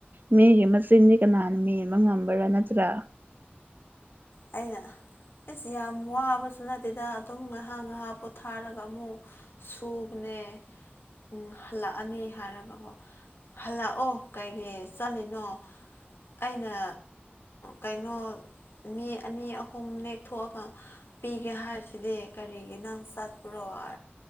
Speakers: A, on the right; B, on the left.
A: ꯃꯤꯒꯤ ꯃꯆꯤꯟꯗꯤ ꯀꯅꯥꯅ ꯃꯤꯦꯟꯕ ꯉꯝꯕ꯭ꯔꯥ ꯅꯠꯇ꯭ꯔꯥ
B: ꯑꯩꯅ ꯑꯩꯁ ꯌꯥꯝ ꯋꯥꯕꯁꯨ ꯅꯠꯇꯦꯗ ꯑꯗꯨꯝ ꯉꯥꯏꯍꯥꯛ ꯉꯥꯏꯍꯥꯛ ꯄꯣꯊꯥꯔꯒ ꯑꯃꯨꯛ ꯁꯨꯕꯅꯦ ꯎꯝ ꯍꯜꯂꯛꯑꯅꯤ ꯍꯥꯏꯔꯒꯀꯣ ꯍꯜꯂꯛꯑꯣ ꯀꯩꯒꯤ ꯆꯠꯂꯤꯅꯣ ꯑꯩꯅ ꯀꯥꯏꯩꯅꯣ ꯃꯤ ꯑꯅꯤ ꯑꯍꯨꯝ ꯅꯦꯛꯊꯑꯒ ꯄꯤꯒꯦ ꯍꯥꯏꯔꯁꯤꯗꯤ ꯀꯔꯤꯒꯤ ꯅꯪ ꯆꯠꯄꯨꯔꯣ ꯔ